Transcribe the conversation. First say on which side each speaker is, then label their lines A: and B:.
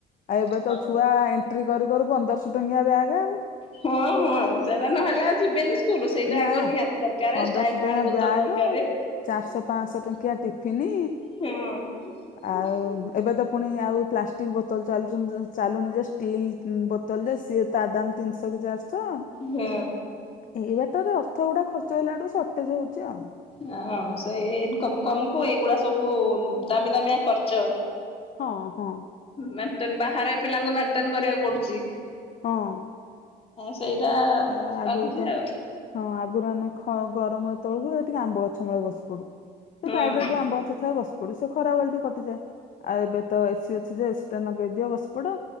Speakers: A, on the left; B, on the left.
A: ଆଉ ଏବେ
B: ହଁ
A: ତ ଛୁଆ ଏଣ୍ଟ୍ରି କରୁ କରୁ ପନ୍ଦରଶହ ଟଙ୍କିଆ ବ୍ୟାଗ୍ ଆଉ
B: ହଁ ହଁ ସେଇଟା ନହେଲେ ଆଉ ଯିବେନି କୁ ସେଇଟା
A: ନା
B: ଆଗ ନିହାତି ଦରକାର
A: ପନ୍ଦରଶହ
B: ଷ୍ଟାଇଲ
A: ଟଙ୍କା
B: ପାଣି ବୋତଲ
A: ବ୍ୟାଗ
B: ଦରକାର
A: ଚାରିଶହ ପାଞ୍ଚଶହ ଟଙ୍କିଆ ଟିଫିନି
B: ହଁ
A: ଆଉ ଏବେ ତ ପୁଣି ଆଉ ପ୍ଲାଷ୍ଟିକ୍ ବୋତଲ ଚାଲୁଛନ୍ତି ଚାଲୁନି ଯେ, ଷ୍ଟିଲ୍ ବୋତଲ ଯେ, ସିଏ ତା ଦାମ୍ <unintelligible>
B: ହୁଁ
A: ଏଇ ବାଟରେ ଅର୍ଥ ଗୁଡା ଖର୍ଚ ହେଲାଠୁ, ସର୍ଟେଜ ହଉଛି ଆଉ
B: ହଁ ସେଇ ଇନ କମକୁ ଏଇଗୁଡା ସବୁ ଦାମି ଦାମିଆ ଖର୍ଚ
A: ହଁ ହଁ
B: ମେଣ୍ଟେ ବାହାରେ ପିଲାଙ୍କୁ ମେଣ୍ଟେନ କରିବାକୁ ପଡୁଛି
A: ହଁ
B: ସେଇଟା
A: ଆ- ଆଗରୁ
B: ବାଧୁଛି
A: ତ
B: ଆଉ
A: ହଁ ଆଗରୁ ଆମେ ଗରମ ତଳକୁ ଏଠିକିେ ଆମ୍ବ ଗଛ ମୂଳେ ବସି ପଡୁ ସେ
B: ହୁଁ
A: ବାାଇ ରେ ଯୋଉ ଆମ୍ବ ଅଛଥା ବସି ପଡୁ ସେ ଖରାବେେଳେ ଟିକେ କଟିଯାଏ ଆଉ ଏବେ ତ ଏସିି ଅଛି ଯେ ଏସି ଟା ନଗେଇି ଦିଅ ବସପୋଟ